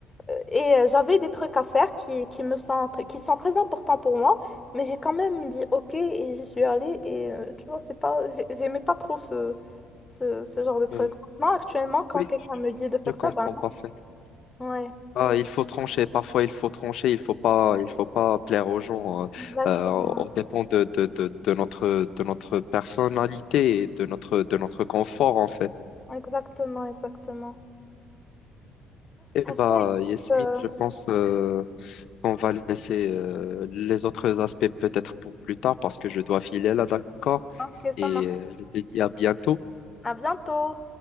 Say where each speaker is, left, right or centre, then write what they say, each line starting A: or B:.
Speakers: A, on the left; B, on the left.
A: Euh, Et euh, j'avais des trucs à faire qui, qui me sont, tr- qui sont très importants pour moi. Mais j'ai quand même dit OK et j'y suis allée. Et euh, tu vois, c'est pas, j'ai- j'aimais pas trop ce, ce, ce genre de truc.
B: Euh,
A: Non, actuellement, quand
B: oui,
A: quelqu'un me dit de faire
B: je comprends
A: ça, ben non.
B: parfaitement.
A: Ouais.
B: Ah,
A: Mm.
B: il faut trancher, parfois il faut trancher, il faut pas, il faut pas plaire aux gens. Euh,
A: Exactement,
B: euh, on dépend de, de, de, de notre, de notre personnalité et de notre, de notre confort en fait.
A: exactement, exactement.
B: Eh bah,
A: Bon, écoute,
B: Yasmine,
A: euh,
B: je pense euh, qu'on va laisser euh, les autres aspects peut-être pour plus tard parce que je dois filer là, d'accord?
A: ok,
B: Et
A: ça marche.
B: euh, je te dis à bientôt.
A: À bientôt.